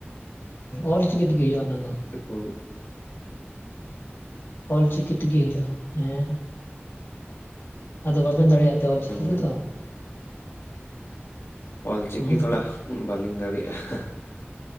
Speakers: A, on the left; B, on the left.
A: ᱚᱞ ᱪᱤᱠᱤ ᱛᱮᱜᱮ ᱦᱩᱭᱩᱜᱼᱟ ᱚᱱᱟ ᱫᱚ
B: ᱦᱳᱭ
A: ᱚᱞᱪᱤᱠᱤ ᱛᱮᱜᱮ ᱦᱩᱭᱩᱜᱼᱟ ᱦᱮᱸ ᱟᱫᱚ ᱵᱟᱵᱮᱱ ᱫᱟᱲᱮᱭᱟᱜ ᱛᱮ ᱚᱞ
B: ᱦᱩᱸ,
A: ᱪᱤᱠᱤ ᱠᱚᱫᱚ
B: ᱚᱞᱪᱤᱠᱤ
A: ᱦᱮᱸ
B: ᱛᱷᱚᱲᱟ ᱵᱟᱹᱞᱤᱧ ᱫᱟᱲᱮᱭᱟᱜᱼᱟ᱾